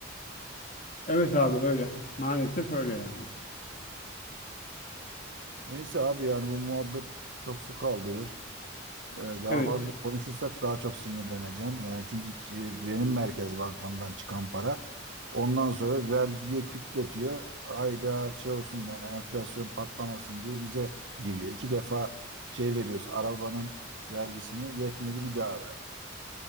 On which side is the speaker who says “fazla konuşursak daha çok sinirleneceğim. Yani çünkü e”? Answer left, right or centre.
Right